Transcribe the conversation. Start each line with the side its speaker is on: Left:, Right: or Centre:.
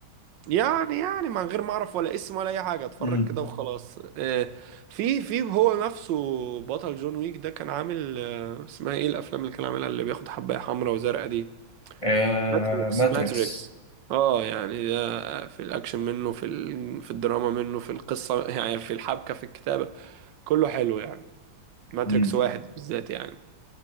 Right: يعني يعني من غير ما اعرف ولا اسم ولا اي حاجه اتفرج
Left: امم
Right: كده وخلاص آه، في في هو نفسه بطل جون ويك ده كان عامل آه، اسمها ايه الافلام اللي كان عاملها اللي بياخد حبايه حمراء وزرقاء دي
Left: آه،
Right: ماتريكس
Left: ماتريكس
Right: ماتريكس اه يعني ده في الاكشن منه في ال... في الدراما منه في القصه يعني في الحبكه في الكتابه كله حلو يعني ماتريكس
Left: مم.
Right: واحد بالذات يعني